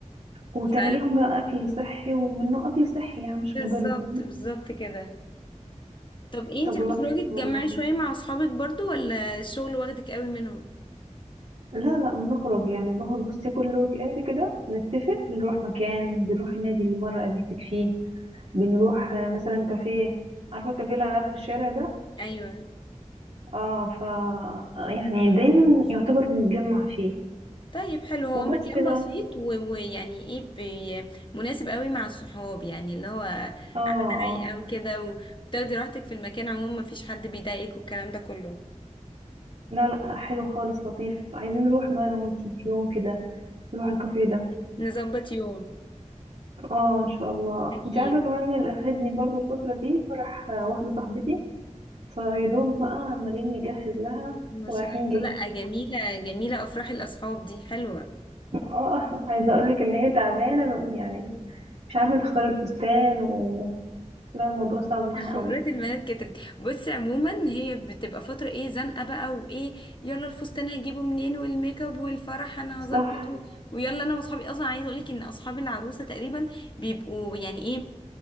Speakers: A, on the right; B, on the left.
A: وتعملي
B: ف
A: لهم بقى اكل صحي ومنه اكل صحي يعني مش
B: بالظبط
A: مضر فاهمة
B: بالظبط كده طب إيه
A: طب
B: انتي
A: والله
B: بتخرجي
A: حلو
B: تجمعي
A: والله
B: شوية مع اصحابك برضو ولا الشغل واخدك قوي منهم
A: لا لا بنخرج يعني بنخرج بصي كل ويك اند كده بنتفق بنروح مكان بنروح النادي اللي مرة قابلتك فيه بنروح آه، مثلا كافيه عارفة الكافيه اللي على آخر الشارع ده
B: ايوه
A: اه ف آه، يعني دايما يعتبر بنتجمع فيه
B: طيب حلو هو
A: وبس
B: مكان
A: بقى
B: بسيط و- ويعني ايه بي- مناسب قوي مع الصحاب يعني اللي هو
A: اه
B: قاعدة
A: اه
B: رايقة وكده وتاخدي راحتك في المكان عموما مفيش حد بيضايقك والكلام ده كله
A: لا لا حلو خالص لطيف عايزين نروح بقى انا وانتي في يوم كده نروح الكافيه ده
B: نظبط يوم
A: اه ان شاء الله
B: أكيد
A: انت عارفة كمان اللي اخدني برضو الفترة دي فرح آه، واحدة صاحبتي فيدوب بقى عمالين نجهز لها
B: ما
A: ورايحين
B: شاء
A: جايين
B: الله لأ جميلة جميلة أفراح الأصحاب دي حلوة
A: اه عايزه اقول لك ان هي تعبانه يعني مش عارفه تختار الفستان و لا الموضوع صعب معاها
B: حوارات
A: قوي
B: البنات كترت بصي عموما هي بتبقى فترة ايه زنقة بقى وايه يلا الفستان هجيبه منين والميك اب والفرح انا هظبط
A: صح
B: و... ويلا انا واصحابي اصلا عايزة اقولك ان اصحاب العروسة تقريبا بيبقوا يعني ايه